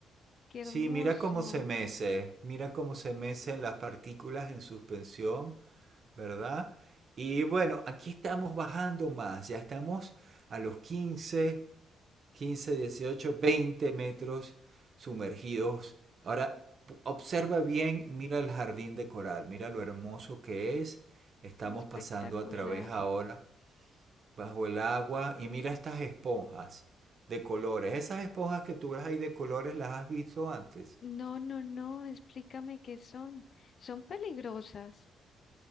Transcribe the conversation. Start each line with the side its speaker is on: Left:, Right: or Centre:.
Left: Qué
Right: Sí,
Left: hermoso,
Right: mira cómo se mece, mira cómo se mecen las partículas en suspensión, ¿verdad? Y bueno, aquí estamos bajando más, ya estamos a los 15, 15, 18, 20 metros sumergidos. Ahora, p- observa bien, mira el jardín de coral, mira lo hermoso que es. Estamos
Left: espectacular.
Right: pasando a través ahora bajo el agua y mira estas esponjas de colores. Esas esponjas que tú ves ahí de colores, ¿las has visto antes?
Left: No, no, no, explícame qué son. Son peligrosas.